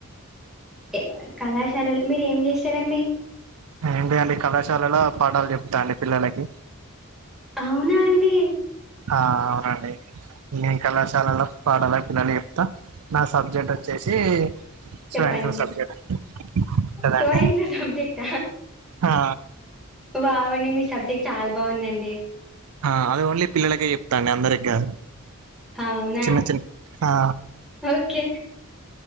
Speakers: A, in the centre; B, on the right.
A: ఏ కళాశాలలు మీరు ఏం చేస్తారండి
B: ఏంటి అండి కళాశాలలో పాఠాలు చెప్తా అండి పిల్లలకి
A: అవునా అండి
B: ఆ అవునండి నేను కళాశాలలో పాడాల పిల్లలు చెప్తా నా సబ్జెక్ట్ వచ్చేసి
A: చెప్పండి
B: సైన్స్ సబ్జెక్ట్ ఉంటదండి
A: సో సబ్జెక్ట్
B: ఆ
A: బవా అ మీ సబ్జెక్ట్ చాలా బాగుందండి
B: ఆ అది ఓన్లీ పిల్లలకే చెప్తాండి అందరికి కాదు
A: అవునా
B: చిన్న చిన్న ఆ
A: ఓకే